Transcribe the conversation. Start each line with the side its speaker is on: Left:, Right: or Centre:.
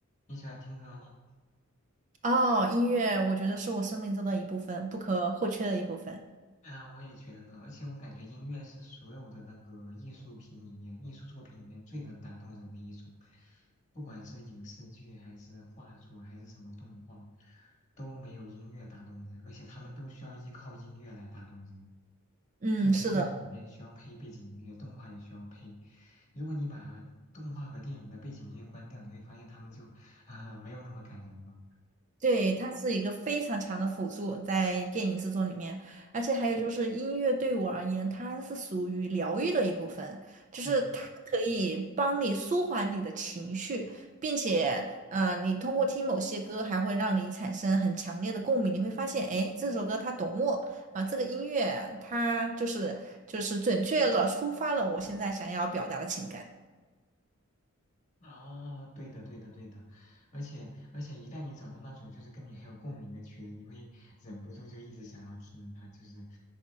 Left: 你喜欢听歌吗？
Right: 哦，音乐我觉得是我生命中的一部分，不可或缺的一部分。
Left: 嗯，我也觉得呢。而且我感觉音乐是所有的那个艺术品里面、艺术作品里面最能打动人的一种，不管是影视剧还是画作还是什么动画，都没有音乐打动人。而且他们都需要依靠音乐来打动人。
Right: 嗯，
Left: 就你电影里嗯面需要配背景音乐，
Right: 是的，
Left: 动画也需要配。如果你把动画和电影的背景音乐关掉，你会发现他们就啊、<laughs> 没有那么感人了。
Right: 对，它是一个非常强的辅助在电影制作里面，而且还有就是音乐对我而言，它是属于疗愈的一部分，就是它可以帮你舒缓你的情绪，
Left: 嗯。
Right: 并且，呃，你通过听某些歌，还会让你产生很强烈的共鸣，你会发现，哎，这首歌它懂我。啊，这个音乐它就是就是准确了抒发了我现在想要表达的情感。
Left: 啊，对的，对的，对的，而且而且，一旦你找到那种就是跟你很有共鸣的曲子，你会忍不住就一直想要听它，就是，